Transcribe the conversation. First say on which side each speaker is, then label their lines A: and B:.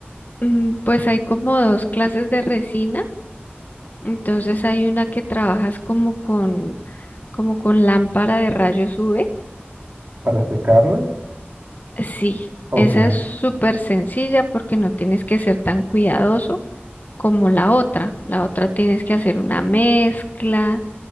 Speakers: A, on the left; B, on the right.
A: Mm, Pues hay como dos clases de resina, entonces hay una que trabajas como con, como con lámpara de rayos UV.
B: para secarla.
A: Sí,
B: Ok,
A: esa es súper sencilla porque no tienes que ser tan cuidadoso como la otra. La otra tienes que hacer una mezcla,